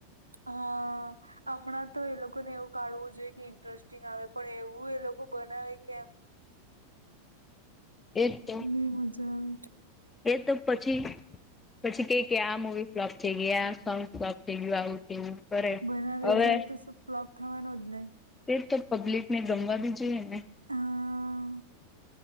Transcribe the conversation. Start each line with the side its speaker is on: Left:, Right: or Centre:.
Right: હા. હમણાં તો એ લોકો ને એવું કાઢવું જોઈએ કે ઇન્ટરેસ્ટ ટીંગ આવે. પણ એવું એ લોકો બનાવે કેમ?
Left: એક તો
Right: ની મજા આવે.
Left: એ તો પછી-પછી કેઈ કે આ મૂવી ફ્લોપ થઈ ગઈ, આ સોંગ ફ્લોપ થઈ ગયું આવું. તેવું કરે
Right: બનાવે
Left: હવે
Right: એવું તો શું ફ્લોપ થવાનું જ નહી.
Left: તે તો પબ્લિકને ગમવા બી જોઈએ ને.
Right: હા